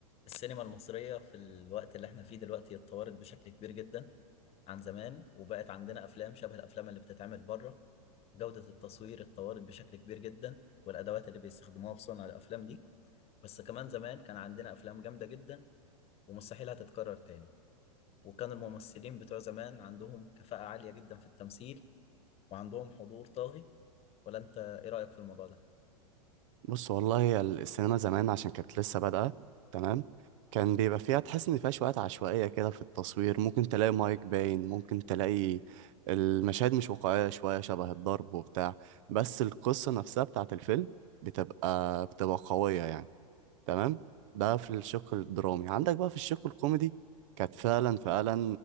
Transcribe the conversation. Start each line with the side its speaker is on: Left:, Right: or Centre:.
Left: السينما المصرية في الوقت اللي احنا فيه دلوقتي اتطورت بشكل كبير جدا عن زمان وبقت عندنا أفلام شبه الأفلام اللي بتتعمل بره جودة التصوير اتطورت بشكل كبير جدا والأدوات اللي بيستخدموها في صنع الأفلام دي بس كمان زمان كان عندنا أفلام جامدة جدا ومستحيل هتتكرر تاني وكان الممثلين بتوع زمان عندهم كفاءة عالية جدا في التمثيل وعندهم حضور طاغي ولا أنت إيه رأيك في الموضوع ده؟
Right: بص والله هي السينما زمان عشان كانت لسه بادئة تمام كان بيبقى فيها تحس إن فيها شوية عشوائية كده في التصوير ممكن تلاقي مايك باين ممكن تلاقي المشاهد مش واقعية شوية شبه الضرب وبتاع بس القصة نفسها بتاعت الفيلم بتبقى بتبقى قوية يعني تمام ده في الشق الدرامي عندك بقى في الشق الكوميدي كانت فعلا فعلا